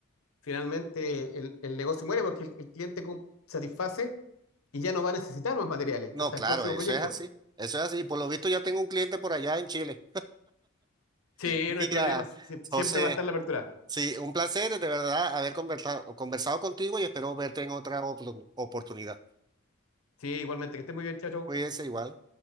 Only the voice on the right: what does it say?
No,
claro,
eso
es así. Eso es así. Por lo visto ya tengo un cliente por allá en Chile.
Mira,
José,
sí, un placer de verdad haber conversado, conversado contigo y espero verte en otra opor- oportunidad.
Cuídense igual.